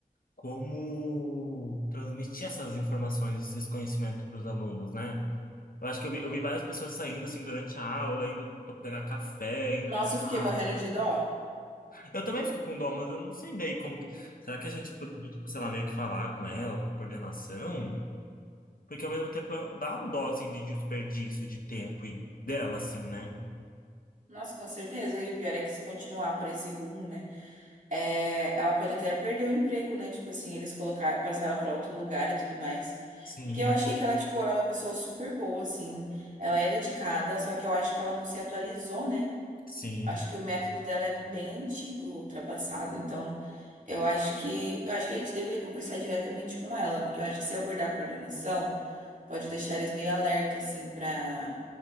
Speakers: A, on the left; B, on the right.
A: como transmitir essas informações, esses conhecimentos para os alunos, né? Eu acho que eu vi, eu vi várias pessoas saindo assim durante a aula, indo to- pegar café, indo
B: Nossa,
A: tomar
B: eu fiquei
A: água.
B: morrendo de dó.
A: Eu também fiquei com dó, mas eu não sei daí como. que- Será que a gente poderia, tipo, sei lá, meio que falar com ela, com a coordenação? Porque ao mesmo tempo é- dá um dó assim de desperdício de tempo e dela, assim, né?
B: Nossa, com certeza. E o pior é que se continuar por esse rumo, né? É, ela pode até perder o emprego, né? Tipo assim, eles colocar, passar ela pra outro lugar e tudo mais.
A: Sim,
B: Porque eu achei que ela, tipo, era uma pessoa super boa, assim. Ela é dedicada, só que eu acho que ela não se atualizou, né?
A: sim.
B: Acho que o método dela é bem antigo, ultrapassado. Então, eu acho que, eu acho que a gente deveria conversar diretamente com ela, porque eu acho que se abordar a coordenação, pode deixar eles meio alerta, assim, pra,